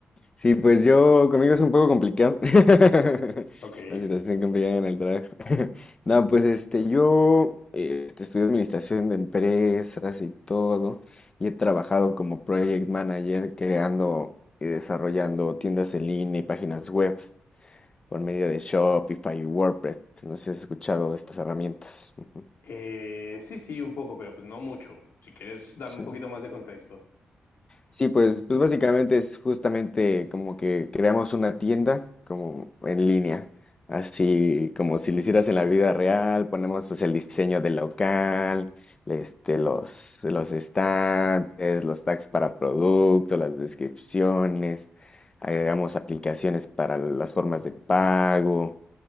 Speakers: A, on the left; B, on the left.
A: Sí, pues yo, conmigo es un poco complicado. <laughs>
B: Ok.
A: La situación complicada en el trabajo. <laughs> No, pues este, yo eh, este, estudié administración de empresas y todo, y he trabajado como project manager creando y desarrollando tiendas en línea y páginas web por medio de Shopify y WordPress. No sé si has escuchado de estas herramientas. Ujú.
B: Eh, sí, sí, un poco, pero pues no mucho. Si quieres, dame
A: Sí.
B: un poquito más de contexto.
A: Sí, pues, pues básicamente es justamente como que creamos una tienda como en línea, así como si lo hicieras en la vida real, ponemos pues el diseño del local, este, los, los estantes, los tags para producto, las descripciones, agregamos aplicaciones para las formas de pago